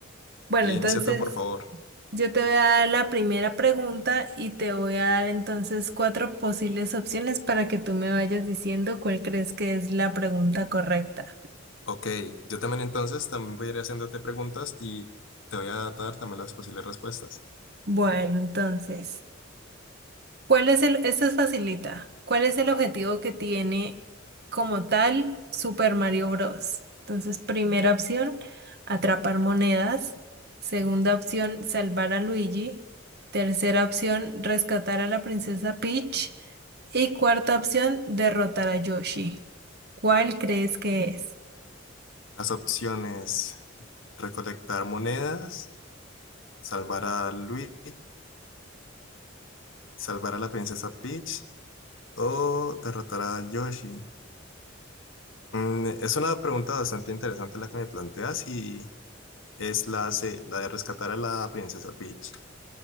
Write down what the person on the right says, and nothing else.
Bueno,
entonces
yo te voy a dar la primera pregunta y te voy a dar entonces cuatro posibles opciones para que tú me vayas diciendo cuál crees que es la pregunta correcta.
Bueno, entonces. ¿Cuál es el, esta es facilita. ¿Cuál es el objetivo que tiene como tal Super Mario Bros? Entonces, primera opción, atrapar monedas. Segunda opción, salvar a Luigi. Tercera opción, rescatar a la princesa Peach. Y cuarta opción, derrotar a Yoshi. ¿Cuál crees que es?